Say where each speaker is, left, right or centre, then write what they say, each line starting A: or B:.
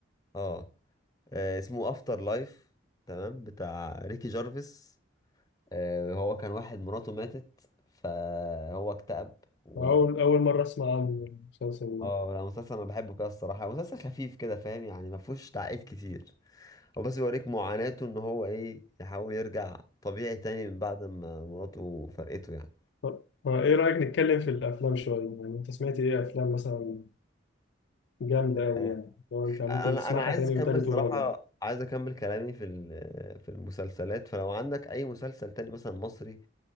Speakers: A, on the left; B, on the left.
A: اه آه، اسمه افتر لايف تمام بتاع ريكي جارفيس آه، هو كان واحد مراته ماتت فهو اكتئب و
B: ايه اول اول مره اسمع عن المسلسل ده
A: اه لا مسلسل انا بحبه كده الصراحه مسلسل خفيف كده فاهم يعني ما فيهوش تعقيد كتير هو بس بيوريك معاناته ان هو ايه يحاول يرجع طبيعي تاني من بعد ما مراته فرقته يعني
B: طب آه، ايه رايك نتكلم في الافلام شويه يعني انت سمعت ايه افلام مثلا جامدة أوي
A: آه،
B: يعني لو أنت ممكن
A: انا
B: تسمعها
A: انا عايز
B: تاني
A: اكمل
B: وتالت
A: صراحه
B: ورابع
A: عايز اكمل كلامي في ال- في المسلسلات فلو عندك اي مسلسل تاني مثلا مصري